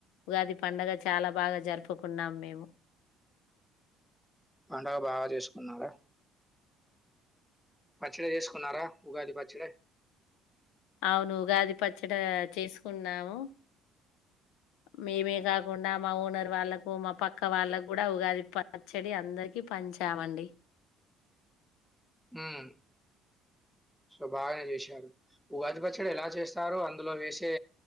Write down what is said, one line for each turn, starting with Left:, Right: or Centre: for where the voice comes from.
Left: ఉగాది పండగ చాలా బాగా జరుపుకున్నాం మేము
Centre: పండగ బాగా చేసుకున్నారా <inaudible> చ్చడి చేసుకున్నారా ఉగాది పచ్చడె
Left: అవును ఉగాది పచ్చడ చేసుకున్నాము మేమే కాకుండా మా ఓనర్ వాళ్ళకు మా పక్క వాళ్ళకు కూడా ఉగాది పచ్చడి అందరికి పంచామండి
Centre: హుమ్ సో బాగానే చేశారు ఉగాది పచ్చడి ఎలా చేస్తారు అందులో వేసే